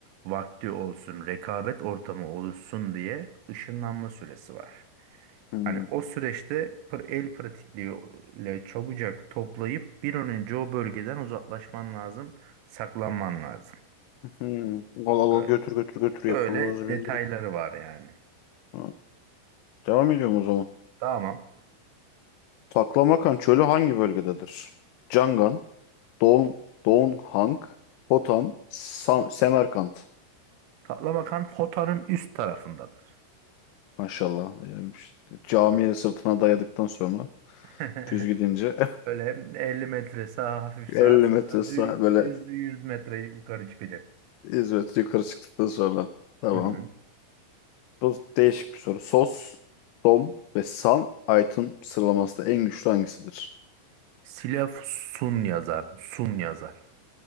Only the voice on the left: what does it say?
hı.
Hmm. Al al
al götür götür götür
yapmanız
beni direkt.
Ha, Devam ediyorum o zaman.
Taklamakan çölü hangi bölgededir? Cangan, Don, Donghang, Hotan, Sa- Semerkant.
Maşallah. Yani işte camiye sırtına dayadıktan sonra
düz gidince
<laughs>
50
metre sağ
böyle
Hizmet yukarı çıktıktan sonra. Tamam.
Bu değişik bir soru. Sos, Dom ve San item sıralamasında en güçlü hangisidir?